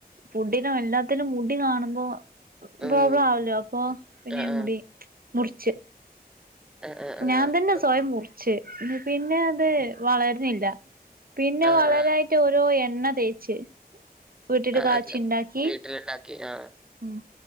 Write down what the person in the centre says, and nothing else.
ഉം
ആഹ്
ആഹ് ആഹ് ആഹ്
ആഹ്
ആഹ്
ആഹ്
ആഹ് വീട്ടിലുണ്ടാക്കി ആഹ്